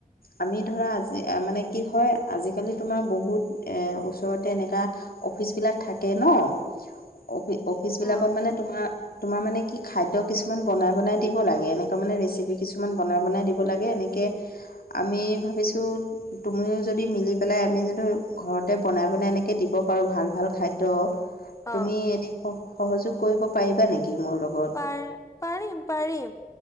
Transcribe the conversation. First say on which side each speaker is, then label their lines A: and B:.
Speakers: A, on the left; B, on the left.
A: আমি ধৰা আজি মানে কি হয় আজিকালি তোমাৰ বহুত ওচৰতে এনেকুৱা অফিচবিলাক থাকে ন' অফি অফিচ
B: অ
A: বিলাকত মানে তোমাৰ তোমাৰ মানে কি খাদ্য কিছুমান বনাই বনাই দিব লাগে, এনেকুৱা মানে ৰেচিপি কিছুমান বনাই বনাই দিব লাগে, এনে তিকে আমি ভাৱিছো তুমিয়ো যদি মিলি পেলাই আমি যদি ঘৰতে বনাই বনাই এনেকে দিব পাৰোঁ ভাল ভাল খাদ্য। তুমি
B: অ
A: এনেই স সহযোগ কৰিব পাৰিবা নেকি মোৰ লগত?
B: পাৰিম পাৰিম